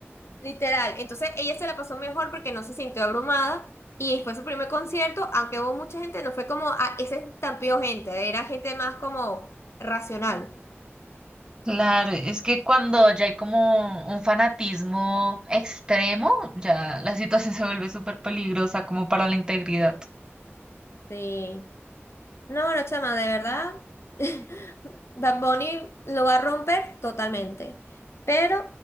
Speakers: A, on the left (about 70°); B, on the right (about 20°).
A: Literal. Entonces ella se la pasó mejor porque no se sintió abrumada y fue su primer concierto, aunque hubo mucha gente, no fue como, ah, ese estampido gente, era gente más como racional.
B: Claro, es que cuando ya hay como un fanatismo extremo, ya la situación se vuelve súper peligrosa como para la integridad.
A: Sí. No, no, chama, de verdad, <laughs> Bad Bunny lo va a romper totalmente, pero